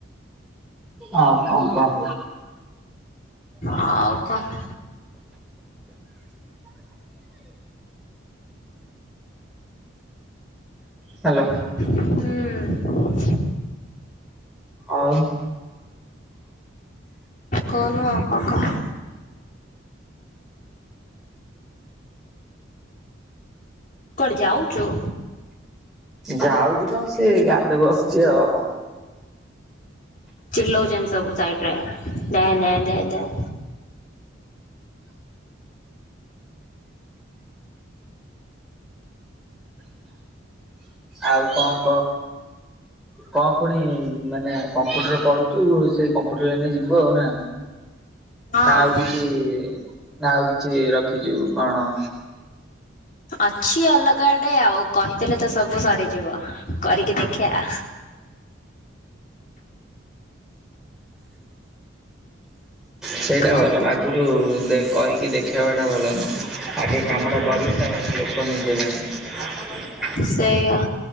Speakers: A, in the centre; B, on the left.
A: ଅ କଁ କହ।
B: ଅଉ କହ।
A: ହ୍ୟାଲୋ।
B: ହୁଁ।
A: ଆଉ।
B: କହୁନୁ ଆଉ କଣ କହ। କୁଆଡେ ଯାଉଛୁ?
A: ଯାଉଛି କଣ ସିଏ ଗାଁ ରେ ବସିଛି ଆଉ।
B: ଚିଲଉଛନ୍ତି ସବୁ ସାଇଡ ରେ ଦେଁ ଦେ ଦେଂ ଦେ।
A: ଆଉ କଣ କହ। କଣ ପୁଣି ମାନେ କମ୍ପ୍ୟୁଟରରେ ପଢୁଛୁ ସେଇ କମ୍ପୁଟର ଲାଇନ ରେ ଯିବୁ ବୁ ଆଉ ନା
B: ହଁ।
A: ନା ଆଉ କିଛି। ଛି ନା ଆଉ କିଛି ରଖିଛୁ କଣ।
B: ଅଛି ଅଲଗା ଆଡେ ଆଉ କହିଦେଲେ ତ ସବୁ ସରିଯିବ କରିକି ଦେଖିବା।
A: ସେଇଟା
B: କମ୍ପି
A: ଭଲ ଆ ଆଗରୁ କହିକି ଦେଖେଇବାଟା ଭଲ ନୁହେଁ ଆଗେ
B: ହୁଁ
A: କାମଟା କରିବି ତାପ ଲୋକ ନିଜେ ଜାଣିବେ। <inaudible>
B: ସେଇଆ।